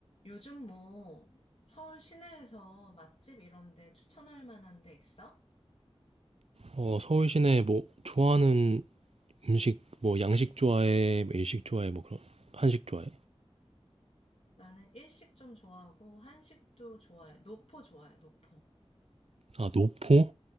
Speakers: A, on the left (about 70°); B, on the right (about 75°).
A: 요즘 뭐 서울 시내에서 맛집 이런 데 추천할 만한 데 있어?
B: 어, 서울 시내 뭐 좋아하는 음식 뭐 양식 좋아해, 뭐 일식 좋아해, 뭐 그런 한식 좋아해?
A: 나는 일식 좀 좋아하고 한식도 좋아해. 노포 좋아해, 노포.
B: 아, 노포?